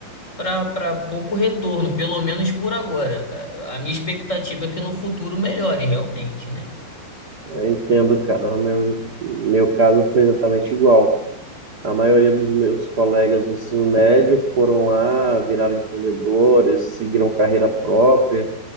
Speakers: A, on the left (about 20°); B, on the right (about 55°).
A: para para pouco retorno, pelo menos por agora. A, a minha expectativa é que no futuro melhore, realmente, né?
B: Eu entendo, cara. No meu, meu caso foi exatamente igual. A maioria dos meus colegas do ensino médio foram lá, viraram empreendedores, seguiram carreira própria,